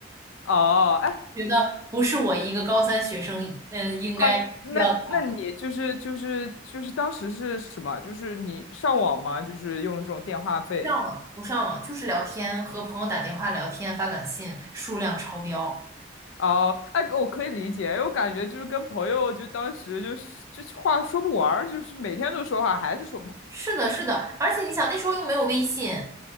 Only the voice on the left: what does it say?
哦，哎。
啊，那那你就是就是就是当时是什么？就是你上网吗？就是用这种电话费。
哦，哎，我可以理解，因为我感觉就是跟朋友，就当时就是就是话说不完儿就是每天都说话，还是说不，